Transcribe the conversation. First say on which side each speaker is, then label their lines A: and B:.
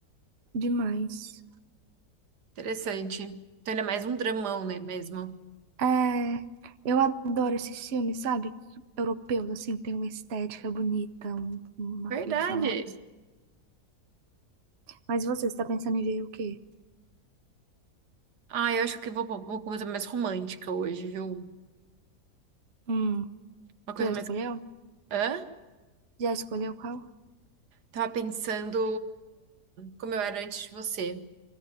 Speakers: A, on the right; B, on the right.
A: Demais.
B: Interessante. Então ele é mais um dramão, né, mesmo?
A: É, eu adoro esses filmes, sabe? Europeus, assim, tem uma estética bonita, um- uma
B: Verdade.
A: trilha sonora, assim. Mas você está pensando em ver o quê?
B: Ah, eu acho que vou pra uma coisa mais romântica hoje, viu?
A: Hum,
B: Uma coisa
A: você já
B: mais...
A: escolheu?
B: Hã?
A: Já escolheu qual?
B: Tava pensando como eu era antes de você.